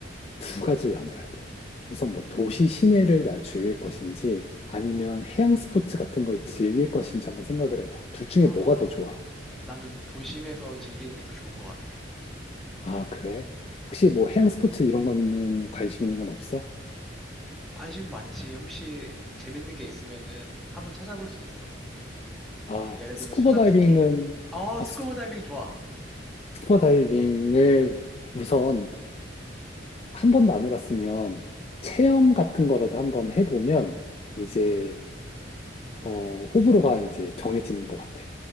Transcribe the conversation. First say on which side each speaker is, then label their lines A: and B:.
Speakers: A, on the left; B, in the centre.
A: 두 가지를 나눠야 돼. 우선
B: 음,
A: 뭐 도시 시내를 나 즐길 것인지 아니면
B: 음.
A: 해양 스포츠 같은 걸 즐길 것인지 한번 생각을 해봐. 둘 중에
B: 아.
A: 뭐가 더 좋아?
B: 나는 도심에서 즐기는 게 더 좋은 것 같아.
A: 아, 그래? 혹시
B: 음.
A: 뭐 해양 스포츠 이런 거는 관심 있는 건 없어?
B: 관심도 많지. 혹시 재밌는 게 있으면은 한번 찾아볼 수 있어.
A: 아,
B: 예를
A: 스쿠버
B: 들면 수상
A: 다이빙은,
B: 스키? 어,
A: 아,
B: 스쿠버
A: 스,
B: 다이빙 좋아.
A: 스쿠버 다이빙을 우선 한 번도 안 해봤으면 체험 같은 거라도 한번 해보면 이제,
B: 음.
A: 어, 호불호가 이제 정해지는 것 같아.